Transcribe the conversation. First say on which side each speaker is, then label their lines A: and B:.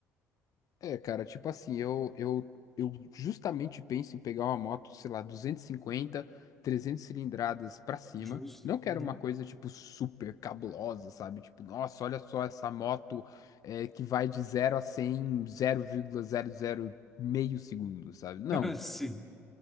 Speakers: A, on the left; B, in the centre.
A: É, cara, tipo assim, eu, eu, eu justamente penso em pegar uma moto, sei lá, duzentos e cinquenta 300 cilindradas pra cima.
B: Justo.
A: Não quero
B: Uhum.
A: uma coisa, tipo, super cabulosa, sabe? Tipo, nossa, olha só essa moto é, que vai de zero a 100 em zero vírgula zero zero meio segundo, sabe? Não,
B: <laughs> Sim.